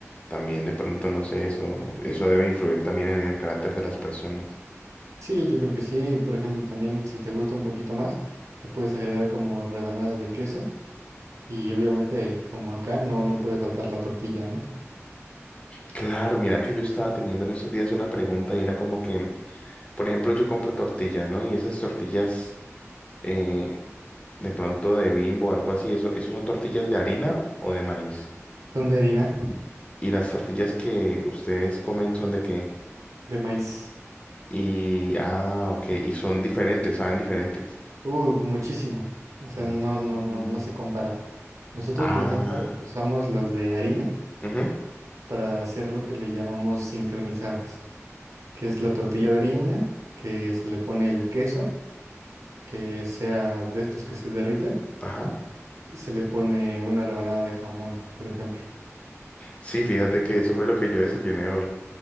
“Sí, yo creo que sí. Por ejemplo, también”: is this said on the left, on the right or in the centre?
Right